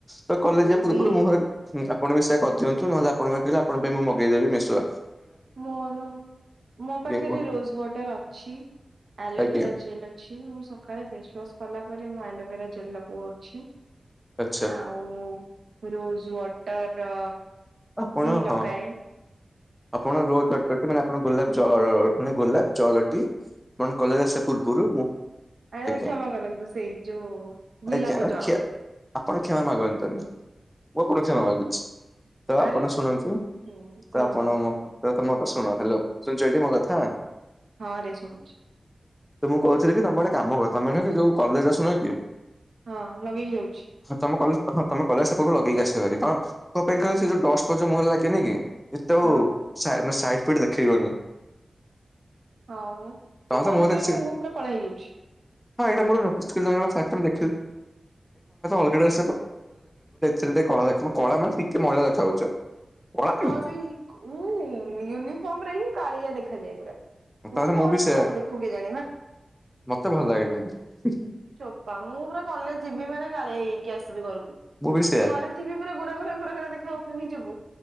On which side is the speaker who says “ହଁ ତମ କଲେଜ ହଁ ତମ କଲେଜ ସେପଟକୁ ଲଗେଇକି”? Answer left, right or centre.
Centre